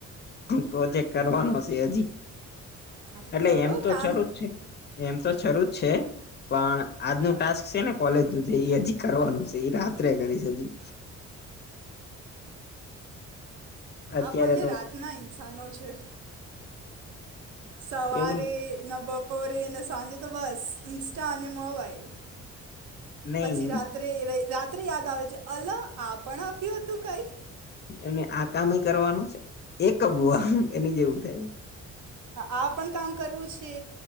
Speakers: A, on the left; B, on the right.
A: પ્રોજેક્ટ કરવાનો હશે હજી
B: હા તો
A: એટલે
B: કરો
A: એમ તો
B: કામ
A: ચરૂ જ છે. એમ તો શરૂ જ છે પણ આજનું
B: હા
A: ટાસ્ક
B: જ.
A: છે ને કોલેજ નું છે એ હજી કરવાનું છે એ રાત્રે કરી છે હજી. અત્યારે
B: આપણને
A: તો
B: રાતના ઇન્સાનો છે. સવારે
A: એવું
B: ન બપ બપોરે ને સાંજે તો બસ ઇન્સ્ટા અને મોબાઈલ.
A: નહી
B: પછી રાત્રે રાત્રે યાદ આવે છે. અલ આ પણ આપ્યું હતું કઈ.
A: અનેને આ કામ એ કરવાનું છે એક બુ આ એની જેવું થાય.
B: આ પણ કામ કરવું છે.